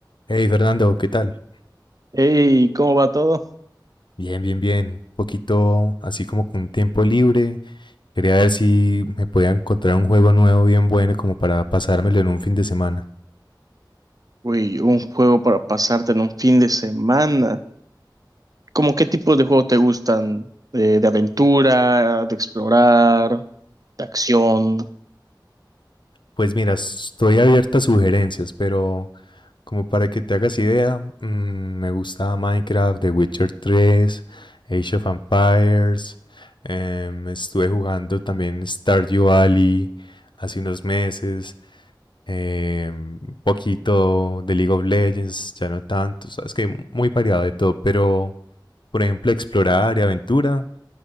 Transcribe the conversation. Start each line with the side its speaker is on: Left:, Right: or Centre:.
Left: Hey Fernando, ¿qué tal?
Right: Hey, ¿cómo va todo?
Left: Bien, bien, bien. Un Poquito así como con tiempo libre. Quería ver si me podía encontrar un juego nuevo bien bueno como para pasármelo en un fin de semana.
Right: Uy, un juego para pasarte en un fin de semana. ¿Cómo qué tipo de juegos te gustan? Eh, ¿De, aventura, de explorar, de acción?
Left: Pues mira, estoy abierto a sugerencias, pero como para que te hagas idea, mm, me gusta Minecraft, The Witcher 3, Age of Empires. em, estuve jugando también Stardew Valley hace unos meses. eh, un poquito de League of Legends, ya no tanto, sabes que muy variado de todo, pero por ejemplo explorar y aventura,